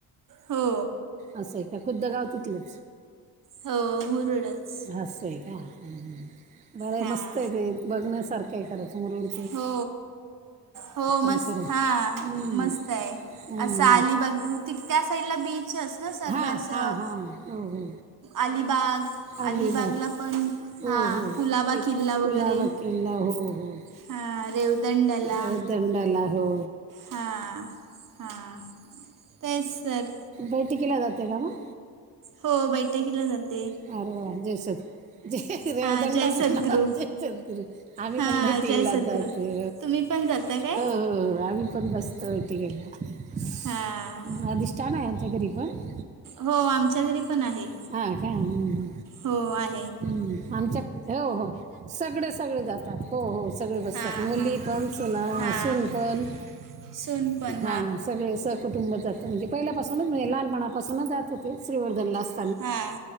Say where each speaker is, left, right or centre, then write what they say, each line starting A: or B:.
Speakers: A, on the right; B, on the right.
A: हो
B: असं आहे का खुद्द गाव तिथ ल
A: हो मुरुडच
B: हसय का ह् बर
A: हां
B: मस्त आहे ते बघण्यासारखंही करायच मुरळी
A: हो हो मस्
B: आहे खरं हं.
A: हा मस्त आहे
B: हं,
A: असं
B: हं.
A: आली बघ ती त्या साईडला बीच अस ना सर्व
B: हां
A: असं
B: हां हां हो हो
A: अलिबाग
B: अलिबाग
A: अलिबागला पण
B: हो
A: हा
B: हो
A: कुलाबा किल्ला वगैरे
B: कुलाबा हो
A: हां रेवदंड्याला
B: हो दंडला हो
A: हां हां तेच सर
B: बेट केेला जाते का मग
A: हो बैठकीला जाात
B: अर वा जय सगु जयुरेवदंड
A: हां जय सद्गुरू
B: ना जय सद्गुरी आम्ही
A: हां
B: पण बैठ गेला
A: जय सद्गुरू.
B: जातो
A: तुम्ही पण जाता काय?
B: हो आम्ही पण बसतो बैठिकेला ठी
A: हा
B: हा दिि्ठान आहे आमच्याकडे रिफंड
A: हो आमच्या घरी पण आहे
B: ह का ह
A: हो आणि
B: ् आमच्या हो हो सगळे सगळे जातात हो हो सगळे बसतात
A: हां
B: मुली
A: हां
B: पण सुनासून
A: हां
B: पण
A: सून पण
B: हां सगळे सग कुटुंब जातं म्हणजे पहिल्यापासूनच म लहानपणापासूनच जात होते श्रीवर्धनला अस
A: हा